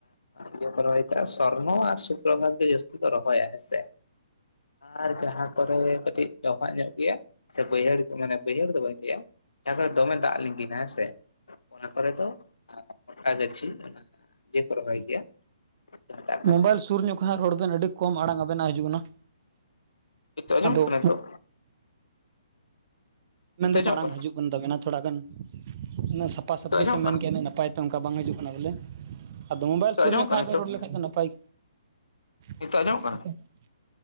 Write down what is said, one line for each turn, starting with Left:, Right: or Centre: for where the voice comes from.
Left: ᱤᱭᱟᱹ ᱠᱚ ᱨᱚᱦᱚᱭ ᱠᱟᱜ-ᱟ᱾ᱥᱚᱨᱱᱚ ᱟᱨ ᱥᱩᱠᱚ ᱜᱚᱝᱠᱮ ᱡᱟᱹᱥᱛᱤ ᱠᱚ ᱨᱚᱦᱚᱭᱟ ᱦᱮᱸᱥᱮ ᱟᱨ ᱡᱟᱦᱟ ᱠᱚᱨᱮ ᱠᱟᱹᱴᱤᱡ ᱰᱚᱵᱟᱜ ᱧᱚᱜ ᱜᱮᱭᱟ ᱥᱮ ᱵᱟᱹᱭᱦᱟᱹᱲ ᱢᱟᱱᱮ ᱵᱟᱹᱭᱦᱟᱹᱲ ᱫᱚ ᱵᱟᱹᱧ ᱞᱟᱹᱭᱟ ᱡᱟᱦᱟ ᱠᱚ ᱨᱮ ᱫᱚ ᱫᱚᱢᱮ ᱫᱟᱜ ᱞᱤᱸᱜᱤᱱᱟ ᱦᱮᱸ ᱥᱮ ᱚᱱᱟ ᱠᱚᱨᱮ ᱫᱚ ᱯᱟᱴᱟ ᱜᱟᱹᱪᱷᱤ ᱚᱱᱟ ᱤᱭᱟᱹ ᱠᱚ ᱨᱚᱦᱚᱭ ᱜᱮᱭᱟ ᱡᱟᱦᱟᱸ ᱢᱮᱛᱟᱜ ᱠᱟᱱᱟ
Right: ᱢᱳᱵᱟᱭᱤᱞ ᱥᱩᱨ ᱧᱚᱜ ᱠᱷᱚᱡ ᱦᱟᱜ ᱨᱚᱲ ᱵᱮᱱ ᱟᱹᱰᱤ ᱠᱚᱢ ᱟᱲᱟᱝ ᱟᱵᱮᱱᱟᱜ ᱦᱤᱡᱩᱜ ᱠᱟᱱᱟ
Left: ᱱᱤᱛᱚᱜ ᱟᱸᱡᱚᱢᱚᱜ
Right: ᱟᱫᱚ
Left: ᱠᱟᱱᱟ ᱱᱤᱛᱚᱜ ᱱᱤᱛᱚᱜ
Right: ᱢᱮᱱᱫᱟᱹᱧ
Left: ᱟᱸᱡᱚᱢᱚᱜ
Right: ᱢᱟᱲᱟᱝ
Left: ᱠᱟᱱᱟ
Right: ᱦᱤᱡᱩᱜ ᱠᱟᱱ ᱛᱟᱵᱮᱱᱟ ᱛᱷᱚᱲᱟ ᱜᱟᱱ ᱩᱱᱟᱹᱜ ᱥᱟᱯᱷᱟ
Left: ᱱᱤᱛᱚᱜ
Right: ᱥᱟᱹᱯᱷᱤ
Left: ᱟᱸᱡᱚᱢᱚᱜ
Right: ᱥᱮ ᱢᱮᱱᱮ
Left: ᱠᱟᱱᱟ
Right: ᱠᱮᱭᱟ ᱤᱱᱟᱹᱜ ᱱᱟᱯᱟᱭ ᱛᱚ ᱚᱱᱠᱟ ᱵᱟᱝ ᱦᱤᱡᱩᱜ ᱠᱟᱱᱟ ᱵᱚᱞᱮ ᱟᱫᱚ ᱢᱳᱵᱟᱭᱤᱞ
Left: ᱱᱤᱛᱚᱜ
Right: ᱥᱩᱨ
Left: ᱟᱸᱡᱚᱢᱚᱜ
Right: ᱧᱚᱜ ᱠᱷᱚᱡ
Left: ᱠᱟᱱᱟ
Right: ᱦᱟᱜ
Left: ᱱᱤᱛᱚᱜ
Right: ᱵᱮᱱ ᱨᱚᱲ ᱞᱮᱠᱷᱟᱡ ᱫᱚ ᱱᱟᱯᱟᱭ <unintelligible>
Left: ᱱᱤᱛᱚᱜ ᱟᱸᱡᱚᱢᱚᱜ